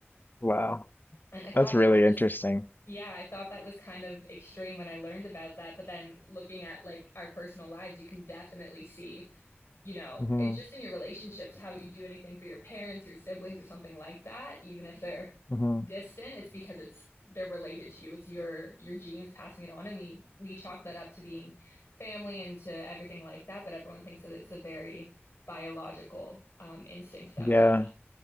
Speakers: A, on the left; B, on the left.
A: Wow,
B: And I thought
A: that's really
B: that was,
A: interesting.
B: yeah, I thought that was kind of extreme when I learned about that. But then looking at like our personal lives, you can definitely see, you know,
A: hmm
B: it's just in your relationships, how you do anything for your parents, your siblings, or something like that, even if they're
A: hmm
B: distant, it's because it's they're related to you. It's your your genes passing it on, and we we chalk that up to being family and to everything like that. But everyone thinks that it's a very biological um, instinct that
A: Yeah.
B: we have.